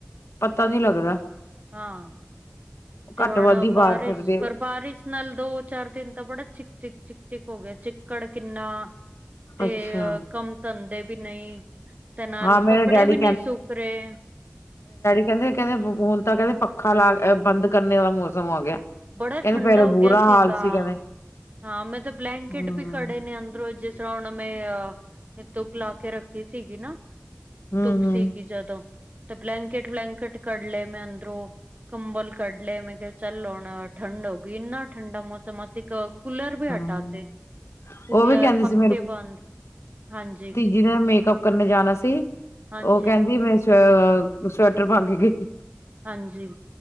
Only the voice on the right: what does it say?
ਹਾਂ ਤੇ
ਹੁਣ
ਬਾਰਿਸ਼
ਪਰ ਬਾਰੀਸ਼। ਨਾਲੇ ਦੋ-ਚਾਰ ਦਿਨ ਤਾਂ ਬੜਾ ਚਿਕ ਚਿਕ ਚਿਕ ਚਿਕ ਹੋ ਗਿਆ ਚਿੱਕੜ ਕਿੰਨਾ? ਤੇ
ਕੰਮ ਧੰਦੇ ਵੀ ਨਹੀਂ ਤੇ ਨਾਲ
ਕੱਪੜੇ
ਵੀ ਨੀ ਸੁਖ ਰਹੇ।
ਬੜਾ
ਠੰਡਾ
ਹੋ
ਗਿਆ
ਸੀਗਾ
ਹਾਂ। ਹਾਂ ਮੈਂ ਤਾਂ ਬਲੈਂਕਟ
ਵੀ ਕੱਢੇ ਨੇ ਅੰਦਰੋਂ ਜਿਸ ਤਾਂ ਹੁਣ ਮੈਂ ਧੁੱਪ ਲਾ ਕੇ ਰੱਖੀ ਸੀਗੀ ਨਾ
ਧੁੱਪ
ਸੀਗੀ। ਜਦੋਂ ਤੇ ਬਲੈਂਕਟ ਵਲੈਂਕਟ ਕੱਢ ਲਏ ਮੈਂ ਅੰਦਰੋਂ। ਕੰਬਲ ਕੱਢ ਲਏ ਮੈਂ ਕਿਹਾ ਚੱਲ ਹੁਣ ਠੰਡ ਹੋ ਗਈ ਇੰਨਾ ਠੰਡਾ ਮੌਸਮ ਅਸੀ ਕੂਲਰ ਵੀ ਹਟਾ
ਤੇ ਕੂਲਰ
ਪੱਖੇ
ਬੰਦ। ਹਾਂਜੀ
ਹਾਂਜੀ
ਹਾਂਜੀ